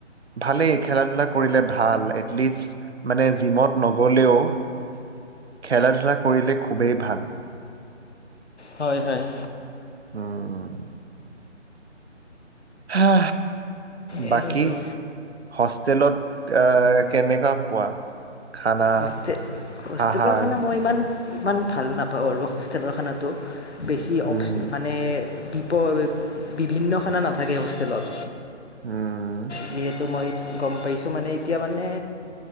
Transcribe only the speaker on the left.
হয়-হয়।
আৰু
হো হোষ্টেল
খানা মই ইমান ইমান ভাল নাপাওঁ আৰু হোষ্টেলৰ খানাটো বেছি অচ
মানে বিপদ বিভিন্ন খানা নাথাকে হোষ্টেলত
সেইটো মই গম পাইছোঁ মানে এতিয়া মানে